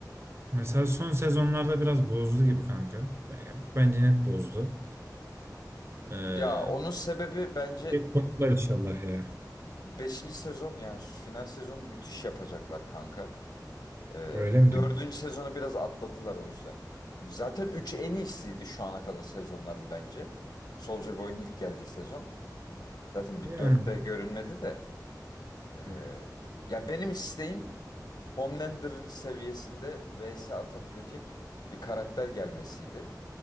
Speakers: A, on the right; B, on the left.
A: mesela son sezonlarda biraz bozdu gibi kanka. Ben- Bence net bozdu. Ee,
B: Ya onun sebebi bence
A: bir toplar inşallah ya.
B: beşinci sezon yani final sezonu müthiş yapacaklar kanka. Ee,
A: Öyle mi
B: dördüncü
A: diyorsun?
B: sezonu biraz atladılar o yüzden. Zaten 3 en iyisiydi şu ana kadar sezonların bence. Soldier Boy'un ilk geldiği sezon. Zaten bir
A: Yani.
B: dörtte görünmedi de. Ee,
A: hı.
B: ya benim isteğim Homelander seviyesinde vs atabilecek bir karakter gelmesiydi.